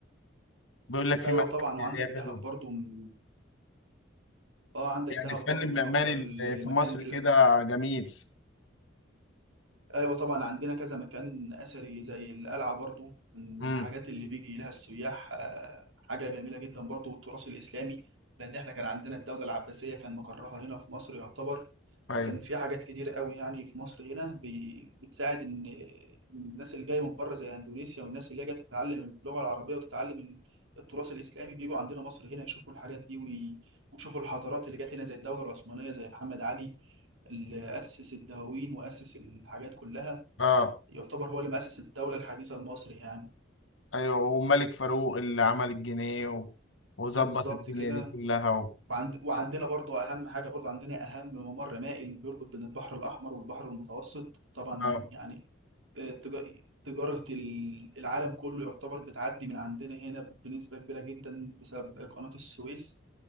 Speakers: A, on the left; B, on the right.
A: بيقول لك في
B: ايوه
A: معالم
B: طبعا
A: سياحية
B: وعندك دهب
A: حلوة
B: برضه من... اه عندك
A: يعني
B: دهب
A: الفن
B: برضه
A: المعماري
B: من اكتر
A: اللي
B: المكان
A: في مصر كده جميل
B: ايوه طبعا عندنا كذا مكان اثري زي القلعه برضو من
A: امم
B: الحاجات اللي بيجي لها السياح آه، حاجه جميله جدا برضو والتراث الاسلامي لان احنا كان عندنا الدوله العباسيه كان مقرها هنا في مصر يعتبر
A: ايوه
B: وكان في حاجات كتير قوي يعني في مصر هنا بي- بتساعد ان إن الناس اللي جايه من بره زي اندونيسيا والناس اللي جايه تتعلم اللغه العربيه وتتعلم ال- التراث الاسلامي بيجوا عندنا مصر هنا يشوفوا الحاجات دي وي- ويشوفوا الحضارات اللي جت هنا زي الدوله العثمانيه زي محمد علي اللي اسس الدواوين واسس الحاجات كلها
A: اه
B: يعتبر هو اللي مؤسس الدولة الحديثة المصري يعني
A: ايوه وملك فاروق اللي عمل الجنيه و- وظبط
B: بالظبط
A: الدنيا
B: كده
A: دي كلها و...
B: وعند... وعندنا برضو أهم حاجة برضو عندنا أهم ممر مائي اللي بيربط بين البحر الأحمر والبحر المتوسط طبعا
A: اه
B: يعني آه، تجا- تجارة ال- العالم كله يعتبر بتعدي من عندنا هنا بنسبة كبيرة جدا بسبب قناة السويس